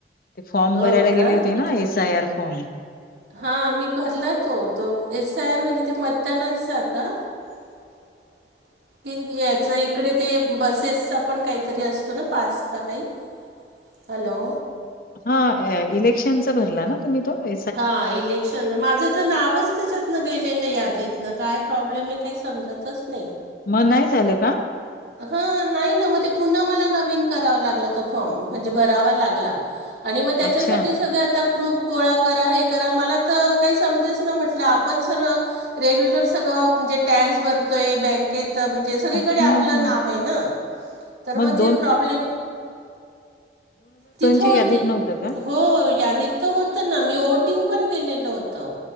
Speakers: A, on the left; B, on the right.
A: ते फॉर्म
B: हो
A: भरायला
B: का?
A: गेले होते ना एस आय आर फॉर्म,
B: हा मी भरला तो तो एस आय आर म्हणजे ते मतदानाचा का, <inaudible> कि याचा इकडे ते बसेसचा पण काहीतरी असतो ना पासचा काही, हॅलो
A: हा इलेक्शनचा भरला ना तुमहीो पा
B: हा इले कण माझं तर नावच त्याच्यातनं गेलेलं यादीत ना काय प्रॉब्लेम आहे काही समजतच नाही.
A: मग नाही चालं का
B: हा नाही ना मग ते पुन्हा मला नवीन करावा लागलं तो फॉर्म म्हणजे भरावा लागला. आणि मग त्याच्यासाठी
A: अच्छा.
B: सग आता प्रूफ पोळा करा हे करा मला तर काही समजेच ना म्हटलं आपण सर, रेग्युलर सगळणजे टॅक्स भरतोय बँकेत म्हणजे सगळीकडे
A: हां, हां.
B: मग
A: मग
B: प्र् तिथं
A: च्या
B: होते
A: यादीत नव्हतं का?
B: हो यादीत तर होतं ना मी ओटिंग पण केलेलं होतं